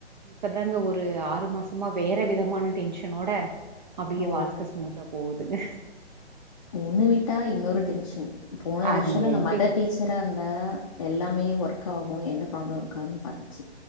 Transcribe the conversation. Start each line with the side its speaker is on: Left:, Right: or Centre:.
Right: இப்ப தாங்க ஒரு ஆறு மாசமா வேற விதமான டென்ஷனோட அப்டியே
Left: ஓ!
Right: வாழ்க்க ஸ்மூத்தா போவு துங்க.
Left: ஒன்னு விட்டா இன்னொரு டென்ஷன் போன
Right: அது
Left: வருஷல்லா
Right: ஏன்கே
Left: நா மதர் டீச்சராந்தா எல் லாமே ஒர்க் ஆகு எந்த ப்ராளமு இருக்காதுன் பாத்துச்சி